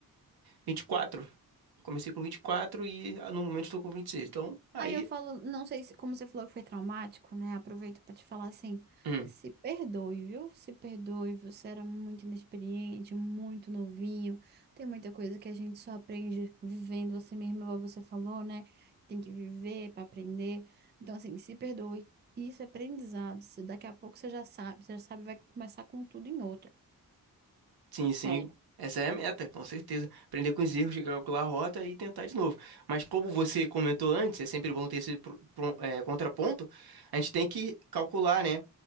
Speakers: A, on the right; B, on the right.
A: vinte e quatro. Comecei com vinte e quatro e ah, no momento estou com 26. Então, aí,
B: Aí eu falo, não sei se, como você falou que foi traumático, né? Aproveito pra te falar assim,
A: hum,
B: se perdoe, viu? Se perdoe, você era muito inexperiente, muito novinho. Tem muita coisa que a gente só aprende vivendo você mesmo, igual você falou, né? Tem que viver pra aprender. Então, assim, se perdoe. Isso é aprendizado. Se daqui a pouco você já sabe, você já sabe, vai começar com tudo em outro.
A: sim,
B: Sério.
A: sim, essa é a meta, com certeza. Aprender com os erros, calcular a rota e tentar de novo. Mas como você comentou antes, é sempre bom ter esse pro- pro- é, contraponto, a gente tem que calcular, né?